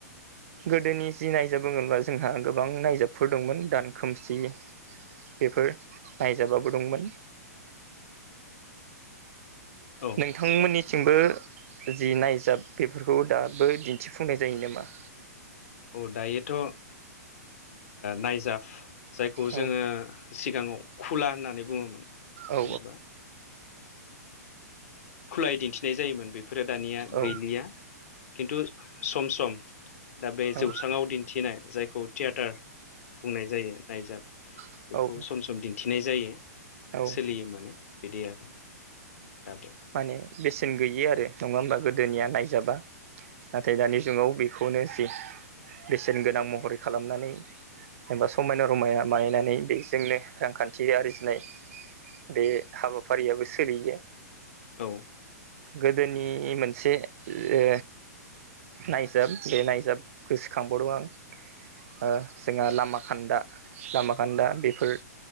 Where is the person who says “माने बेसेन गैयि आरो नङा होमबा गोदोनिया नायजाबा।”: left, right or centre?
Right